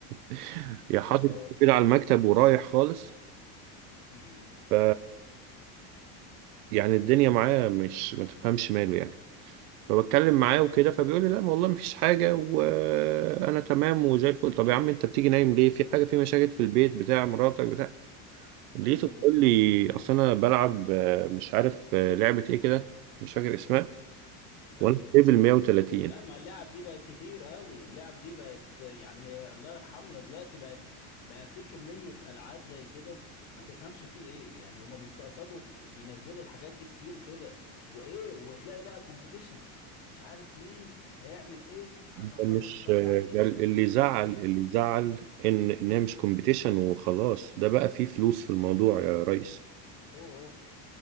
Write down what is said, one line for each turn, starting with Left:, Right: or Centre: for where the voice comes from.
Right: <laughs> يا
Left: اه
Right: حاطط كده على المكتب ورايح خالص
Left: امم
Right: ف يعني الدنيا معاه مش ما تفهمش ماله يعني فبتكلم معاه وكده فبيقول لي لا ما والله مفيش حاجه وانا تمام وزي الفل طب يا عم انت بتيجي نايم ليه في حاجه في مشاكل في البيت بتاع مراتك بتاع لقيته
Left: امم
Right: بيقول لي اصل انا بلعب آه، مش عارف آه، لعبه ايه كده مش فاكر اسمها
Left: ايوه
Right: وانا في ليفل 130
Left: لا ما اللعب دي بقت كتير قوي اللعب دي بقت يعني الله يرحمنا دلوقتي بقت بقى في كمية ألعاب زي كده ما تفهمش في ايه يعني هما بيستقصدوا ينزلوا الحاجات دي كتير كده وايه وتلاقي بقى كومبيتيشن مش عارف مين هيعمل ايه عشان
Right: ده
Left: خاطر
Right: مش
Left: يطلع ايه
Right: ده اللي زعل
Left: ف-
Right: اللي زعل ان انها مش كومبيتيشن وخلاص ده بقى فيه فلوس في الموضوع يا ريس
Left: اوه